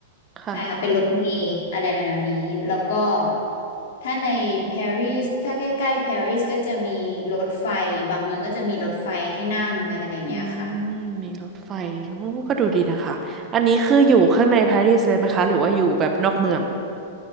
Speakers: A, on the right (about 25°); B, on the left (about 65°).
A: ค่ะ
B: ใช่ค่ะเป็นรถเมล์อะไรแนวๆนี้แล้วก็ถ้าในปารีสถ้าใกล้ๆปารีสก็จะมีรถไฟบางเมืองก็จะมีรถไฟให้นั่งอะไรอย่างเงี้ยค่ะ
A: อืมมีรถไฟโอ้ก็ดูดีนะคะ อันนี้คืออยู่ข้างในปารีสเลยไหมคะหรือว่าอยู่แบบนอกเมือง